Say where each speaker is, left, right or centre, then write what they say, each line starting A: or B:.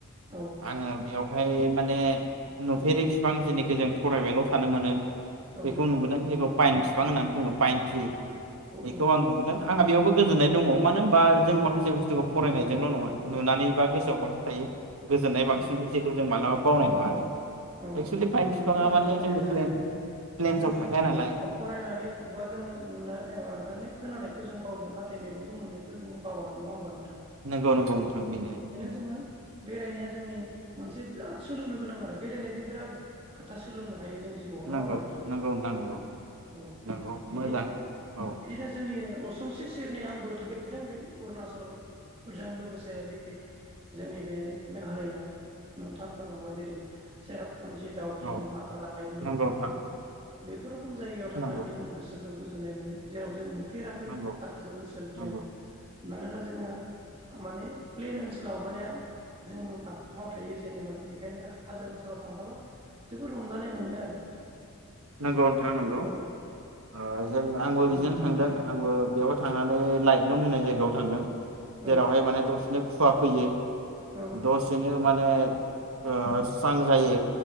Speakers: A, on the right (about 25°); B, on the right (about 65°).
A: औ
B: आङो बेयाव है माने नुफेरि बिफां जिनिखि जों फरायबायल' थानो मोनो।
A: औ
B: बेखौ नुबोदों जेरै बाइन बिफां होननानै बुङो बाइन थ्रि। बेखौ
A: औ
B: आं नुबोदों। आंहा बेयावबो गोजोननाय दङ मानो होनबा जों माखासे बुस्थुखौ फरायनायजोंल' नङा। नुनानै बा गोसोआव बांसिन थायो। गोजोन्नाय बांसिनो
A: औ
B: जेखौ जों मालाब बावनाय नङा आरो
A: औ
B: एक्सुेलि
A: औ
B: पाइन बिफाङा
A: नंगौ नोंथां
B: माने
A: बुंनाया
B: जोंनि
A: थारैनो
B: प्लेन प्लेन्सआव
A: जोङो
B: थाखाया नालाय
A: ओ फरायनानै खुगाजों नु माने खोनानायखौ जों बावगोन नाथ थाय मेगनजों नुखौ जो बावा नङा ओमबा नों
B: नंगौ नंगौ नोंथां बेनो बेनो
A: जोङो बेरायनाया जोंनि मोनसे बिराद सोलोंनो गोनां आरो बेरायनायजों बिराद खोथा सोलोंनो हायो। जों जिउआव नङा
B: नंगौ
A: ओमबा नोंथां
B: नंगौ नोंथां नंगौ
A: औ
B: नंगौ
A: बिदिनो
B: मोजां औ
A: बिदिनो जोंनि अस संसे सेरनि आंबो थांफेरदों बे अरुणाचलजों लोगोसे बे जोंनि बे मेघालया नोंथाङा बुंलांबाय जेरै सेराप फुनजि दाावखि
B: औ
A: मालायलुम
B: नंगौ नोंथां
A: बेफोर खम जायगायाव थांनानै
B: नंगौ
A: गोसोखौ गोजोनाय मोनो जेराव जों फेराखै
B: नंगौ
A: हाजो ओनसोलजों
B: नंगौ
A: मानोना जोङो माने प्लेन ओनसोलाव माने जों आफाङाव थायो जेनेबा बेखायनो जों हाजो ओनसो थांबोला जोबोद रंजानाय मोनो आरो
B: नंगौ नोंथां नंगौ।
A: औ
B: ओज जों आंबो बिदिनो
A: नंगौ
B: थांदों
A: नोंथां
B: आंबो बेयावहाय थांनानै लाइटलुम' होननाय जायगायाव थांदों। जेरावहाय
A: औ
B: माने द बिदिनो खुवा फैयो।
A: औ
B: दसेनो माने ओ स्रां जायो।